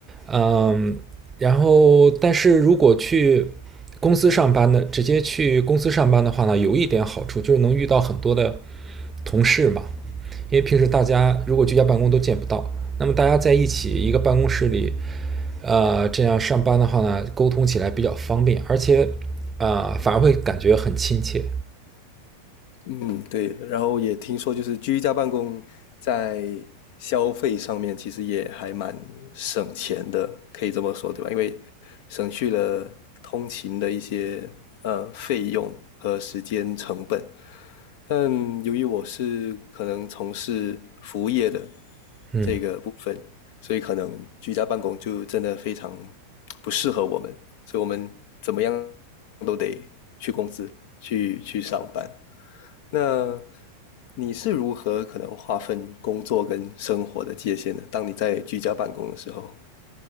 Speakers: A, on the right; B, on the left.
A: 嗯，然后但是如果去公司上班呢，直接去公司上班的话呢，有一点好处就是能遇到很多的同事嘛，因为平时大家如果居家办公都见不到，那么大家在一起一个办公室里，呃，这样上班的话呢，沟通起来比较方便，而且啊，呃反而会感觉很亲切。
B: 嗯，对。然后也听说，就是居家办公在消费上面其实也还蛮省钱的，可以这么说，对吧？因为省去了通勤的一些呃费用和时间成本。但由于我是可能从事服务业的
A: 嗯，
B: 这个部分，所以可能居家办公就真的非常不适合我们，所以我们怎么样都得去公司去去上班。那你是如何可能划分工作跟生活的界限呢？当你在居家办公的时候，